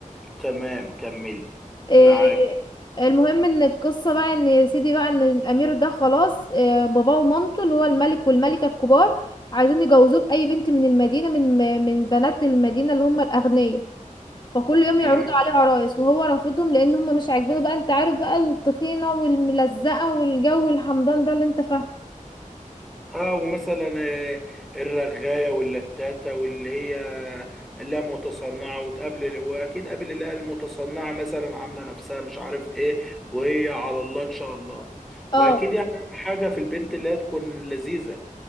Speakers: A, in the centre; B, on the left.
A: تمام كملي
B: إيه
A: معاك
B: المهم ان القصه بقى ان يا سيدي بقى ان الامير ده خلاص إيه باباه ومامته اللي هو الملك والملكه الكبار عايزين يجوزوه باي بنت من المدينه من من بنات المدينه اللي هم الاغنياء فكل يوم
A: مم.
B: يعرضوا عليه عرايس وهو رافضهم لان هم مش عاجبينه بقى انت عارف بقى التخينه والملزقه والجو الحمضان ده اللي انت فاهمه
A: اه ومثلا آه، الرغاية واللتاتة واللي هي لا متصنعة وتقابل واكيد قابل اللي هي المتصنعة مثلا عاملة نفسها مش عارف ايه وهي على الله ان شاء الله
B: اه
A: واكيد يعني اهم حاجة في البنت اللي هي تكون لذيذة